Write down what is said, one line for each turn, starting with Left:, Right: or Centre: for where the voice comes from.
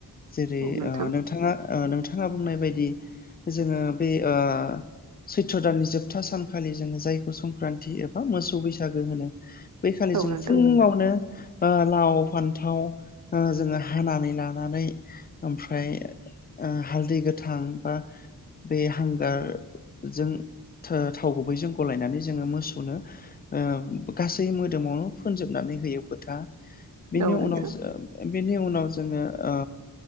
Left: जेरै-ओ
Right: औ नोंथां
Left: नोंथाङा ओ नोंथाङा बुंनाय बायदि जोङो बे ओ सैत्र' दाननि जोबथा सानखालि जोङो जायखौ संक्रान्ति एबा मोसौ बैसागो होनो। बैखालि
Right: औ
Left: जों
Right: नोंथां
Left: फुङावनो ओ लाव-फान्थाव ओ जोङो हानानै लानानै ओमफ्राय ओ हालदै गोथां बा बे हांगारजों थो थाव गुबैजों गलायनानै जोङो मोसौनो ओ गासै मोदोमावनो फोनजोबनानै होयो फोथा बेनि
Right: औ नोंथां
Left: उनाव बेनि उनाव जोङो ओ